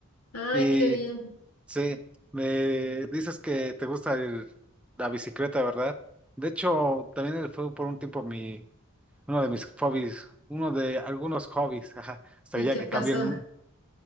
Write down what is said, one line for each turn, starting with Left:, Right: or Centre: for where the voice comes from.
Left: Ay,
Centre: Y
Left: qué bien.
Centre: sí, me dices que te gusta el- la bicicleta, ¿verdad? De hecho, también fue por un tiempo mi, uno de mis hobbies, uno de algunos hobbies, <laughs> ajá, hasta
Left: ¿Y
Centre: ya
Left: qué
Centre: que
Left: pasó?
Centre: cambié el,